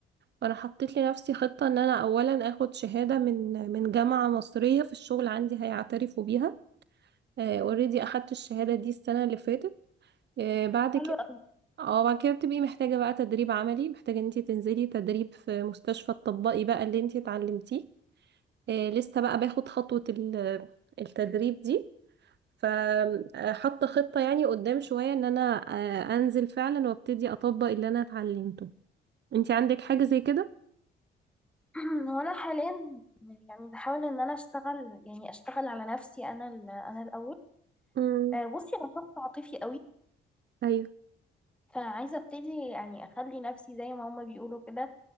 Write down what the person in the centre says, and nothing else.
حلو
قوي
<clears throat> هو انا حاليا يعني بحاول ان انا اشتغل يعني اشتغل على نفسي انا ال- انا الاول
آه، بصي انا شخص عاطفي قوي
فعايزة ابتدي يعني اخلي نفسي زي ما هما بيقولوا كده